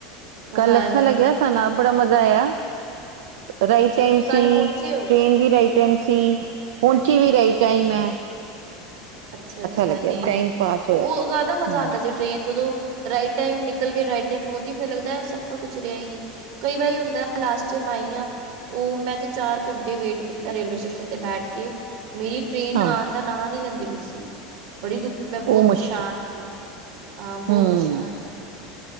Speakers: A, on the right; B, on the right.
A: ਮਜ਼ਾ
B: ਕੱਲ
A: ਆਇਆ
B: ਅੱਛਾ
A: ਮੈਨੂੰ।
B: ਲੱਗਿਆ, ਸਾਨੂੰ ਆਪ ਬੜਾ ਮਜ਼ਾ ਆਇਆ। ਰਾਈਟ
A: ਅੱਛਾ
B: ਟਾਈਮ
A: ਤੁਸੀਂ ਕੱਲ
B: ਸੀ।
A: ਪਹੁੰਚੇ ਹੋ?
B: ਟ੍ਰੇਨ ਵੀ ਰਾਈਟ ਟਾਈਮ ਸੀ। ਪਹੁੰਚੀ ਵੀ ਰਾਈਟ ਟਾਈਮ ਹੈ।
A: ਅੱਛਾ- ਅੱਛਾ,
B: ਲੱਗਿਆ
A: ਨਹੀਂ-
B: ਟਾਈਮ
A: ਨਹੀਂ।
B: ਪਾਸ ਹੋਇਆ
A: ਉਹ ਜ਼ਿਆਦਾ ਮਜ਼ਾ
B: ਹੂੰ
A: ਆਉਂਦਾ ਸੀ ਟ੍ਰੇਨ ਜਦੋਂ ਰਾਈਟ ਟਾਈਮ ਨਿਕਲ ਕੇ ਰਾਈਟ ਰਾਈਟ ਟਾਈਮ ਪਹੁੰਚਦੀ ਫਿਰ ਲੱਗਦਾ ਉਹ ਸਫ਼ਰ ਕੁੱਛ ਰਿਹਾ ਹੀ ਨਹੀਂ। ਕਈ ਵਾਰੀ ਹੁੰਦਾ ਲਾਸਟ ਟਾਈਮ ਆਈਆਂ। ਉਹ ਮੈਂ ਤੇ ਚਾਰ ਘੰਟੇ ਵੇਟ ਕੀਤਾ ਰੇਲਵੇ ਸਟੇਸ਼ਨ ਤੇ ਬੈਠ ਕੇ। ਮੇਰੀ ਟ੍ਰੇਨ
B: ਹਾਂ
A: ਆਉਣ ਦਾ ਨਾਂ ਨੀ ਲੈਂਦੀ ਪਈ ਸੀ। ਬੜੀ ਦੁੱਖ ਮੈਂ ਬਹੁਤ
B: ਉਹ
A: ਪਰੇਸ਼ਾਨ
B: ਮੁਸ਼ਕਿਲ
A: ਸੀ। ਹਾਂ, ਬਹੁਤ
B: ਹੂੰ,
A: ਪਰੇਸ਼ਾਨ ਸੀ ਮੈਂ।